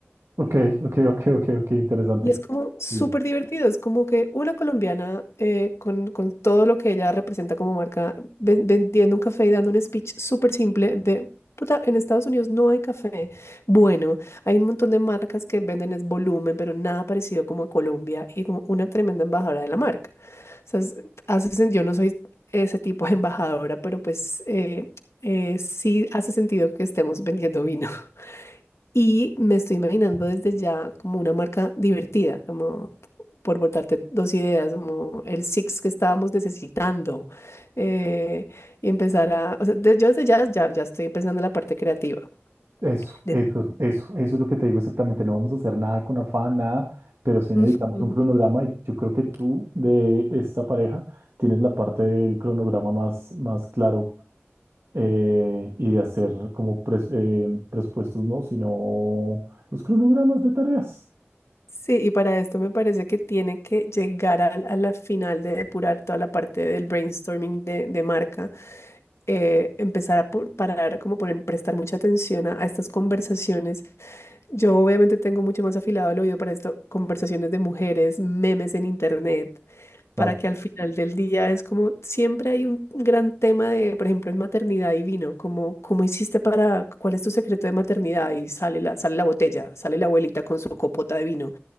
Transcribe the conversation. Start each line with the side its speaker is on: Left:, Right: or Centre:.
Right: Ok, ok, ok, ok, ok, interesante.
Left: Y es como súper
Right: Sí.
Left: divertido, es como que una colombiana eh, con, con todo lo que ella representa como marca, ven- vendiendo un café y dando un speech súper simple de, puta, en Estados Unidos no hay café. Bueno, hay un montón de marcas que venden es volumen, pero nada parecido como a Colombia y como una tremenda embajadora de la marca. O sea, es- hace sen- yo no soy ese tipo de embajadora, pero pues eh, eh, sí hace sentido que estemos vendiendo vino. Y me estoy imaginando desde ya como una marca divertida, como por botarte dos ideas, como el Six que estábamos necesitando. eh, y empezar a, o sea, de- yo desde ya, ya, ya estoy pensando en la parte creativa.
Right: Eso,
Left: De-
Right: eso, eso, eso es lo que te digo exactamente. No vamos a hacer nada con afán, nada, pero sí
Left: Ujú.
Right: necesitamos un cronograma y yo creo que tú de esta pareja tienes la parte del cronograma más, más claro eh, y de hacer como pres- eh, presupuestos, no, sino los cronogramas de tareas.
Left: Sí, y para esto me parece que tiene que llegar a, a la final de depurar toda la parte del brainstorming de, de marca, eh, empezar a por- parar, como poner, prestar mucha atención a, a estas conversaciones Yo obviamente tengo mucho más afilado el oído para esto, conversaciones de mujeres, memes en internet, para
Right: O
Left: que al final del día es como siempre hay un gran tema de, por ejemplo, en maternidad y vino, como cómo hiciste para, cuál es tu secreto de maternidad y sale la, sale la botella, sale la abuelita con su copota de vino.